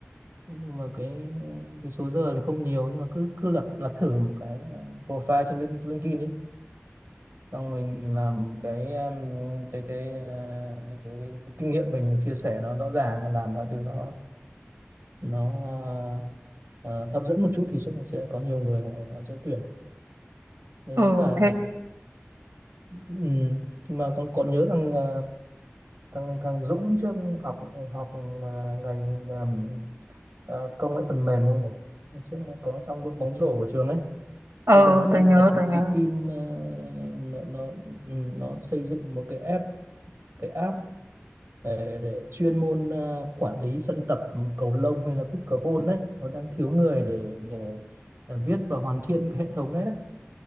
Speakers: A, on the right (about 60°); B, on the right (about 85°).
A: nhưng mà cái cái số giờ thì không nhiều nhưng mà cứ cứ lập lập thử một cái à, profile trên Link- LinkedIn đi xong mình làm cái um, cái cái, à, cái cái kinh nghiệm mình, mình chia sẻ nó rõ ràng và làm mọi thứ nó nó à, à, hấp dẫn một chút thì chắc là sẽ có nhiều người họ, họ sẽ tuyển nên
B: Ừ
A: với cả
B: thế
A: ừ, mà con còn nhớ thằng à, thằng thằng Dũng trước học học à, ngành à, à, công nghệ phần mềm không nhỉ? Trước nó có trong đội bóng rổ của trường ấy
B: ờ
A: bây giờ nó
B: ờ,
A: đang
B: tớ nhớ
A: lập một
B: tớ nhớ.
A: cái team ờ, nó nó ừ, nó xây dựng một cái app cái app để, để chuyên môn ờ, quản lý sân tập cầu lông hay là pickleball đấy nó đang thiếu người để để ờ, viết và hoàn thiện cái hệ thống đấy đấy